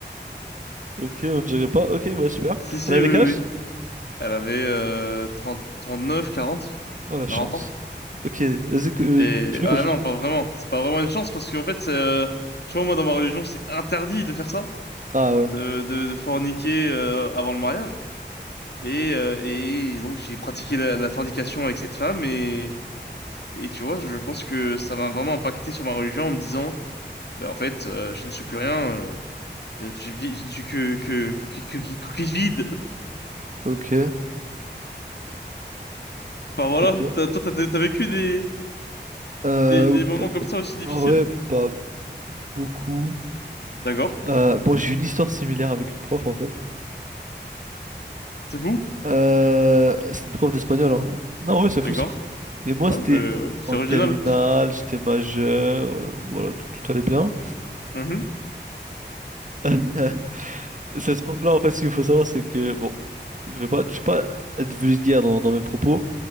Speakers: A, on the right; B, on the left.
A: Ok, on ne dirait pas. Ok, bah super.
B: Si, si,
A: Elle avait
B: oui, oui.
A: quel âge?
B: oui. Elle avait euh, 30, 39, quarante
A: Oh la chance.
B: 40 ans.
A: Ok, vas-y, co- euh,
B: Et
A: continue,
B: ah
A: continue.
B: non, pas vraiment. C'est pas vraiment une chance parce qu'en fait, c'est, euh, tu vois, moi dans ma religion, c'est interdit de faire ça,
A: Ah ouais,
B: de, de, de forniquer euh, avant le mariage. Et, euh, et donc j'ai pratiqué la, la fornication avec cette femme et et tu vois, je pense que ça m'a vraiment impacté sur ma religion en me disant, ben en fait, euh, je ne suis plus rien. euh, Je ne suis, vi- je ne suis que, que, que, que, que, que- coquille vide. <laughs>
A: ok,
B: Enfin voilà,
A: ok.
B: t'as- toi, t'as, t'as vécu des,
A: Euh,
B: des, des moments comme ça aussi difficiles.
A: en vrai, pas beaucoup.
B: D'accord.
A: Euh, bon, j'ai une histoire similaire avec une prof en fait.
B: C'est fou?
A: Euh, c'est une prof d'espagnol, hein. Non, ouais, c'est fou,
B: D'accord.
A: c'est fou. Mais moi,
B: Ouais,
A: c'était
B: bah, ouais, c'est
A: en
B: original.
A: terminale, j'étais majeur, euh, voilà, tout, tout allait bien.
B: Mhm.
A: <laughs> Cette prof-là, en fait, ce qu'il faut savoir, c'est que, bon, je vais pas, je vais pas être vulgaire dans, dans mes propos,